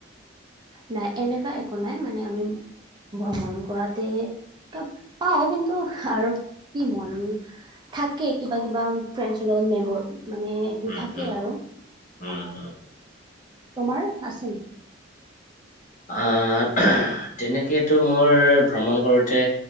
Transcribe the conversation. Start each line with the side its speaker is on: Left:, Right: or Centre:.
Right: নাই এনেকা একো নাই মানে আমি ভ্ৰমণ কৰাতে ত পাও কিন্তু আৰু কি মন থাকে কিবা কিবা ফ্ৰেণ্ডছৰ লগত মেমৰ মানে টো
Left: উম
Right: থাকে
Left: হম
Right: আৰু
Left: উম
Right: অ
Left: হম
Right: তোমাৰ আছে নেকি
Left: আহ তেনেকেতো মোৰ ভ্ৰমণ কৰোঁতে